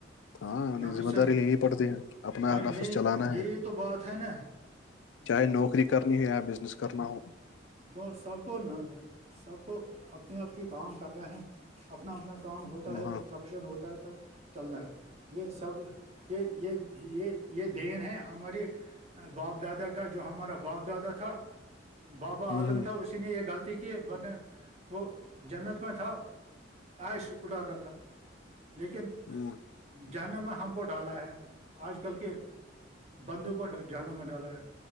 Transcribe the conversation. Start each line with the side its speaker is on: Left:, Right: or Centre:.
Left: ہاں انیں
Right: نفس
Left: ذمہ
Right: ہے
Left: داری لینی پڑتی ہے اپنا
Right: ہاں یہی
Left: نفس چلانا ہے
Right: یہی تو بات ہے نا
Left: چاہے نوکری کرنی ہو یا بزنس کرنا ہو
Right: کو سب کو سب کو اپنی آ کے کام کر رہے ہیں اپنا اپنا کام ہوتا ہے تب
Left: ہاں
Right: پرپشن ہوتا ہے تب چل رہا ہے یہ سب یہ یہ یہ یہ دین ہے ہمارے باپ دادا کا جو ہمارا باپ دادا تھا بابا
Left: ہ
Right: آدم تھا اسی نے ایک غلطی کی ور نے وہ جنت میں تھا عائش اٹھاتا تھا لیکن
Left: ہ
Right: جانب میں ہم کو ڈالا ہے آج کل کے بندو کو جانے میں ڈالا ہے